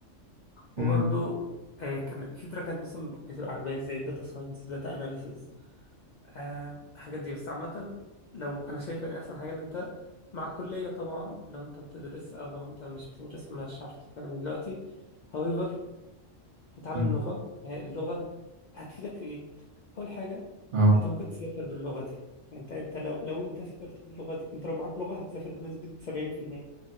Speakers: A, on the left; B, on the right.
A: وبرضه
B: امم
A: آه، كان في تراكات مثلا بتبقى عجباني زي الداتا ساينس داتا أناليسز آه الحاجات دي بس عامة لو أنا شايف يعني أحسن حاجة إن أنت مع الكلية طبعا لو أنت بتدرس أو لو أنت مش بتدرس مش عارف تتكلم دلوقتي however تتعلم
B: امم
A: لغة هي اللغة هتفيدك في إيه؟ أول حاجة
B: اه
A: أنت ممكن تسافر باللغة دي يعني أنت أنت لو لو أنت سافرت باللغة دي أنت لو معاك لغة هتسافر بنسبة 70%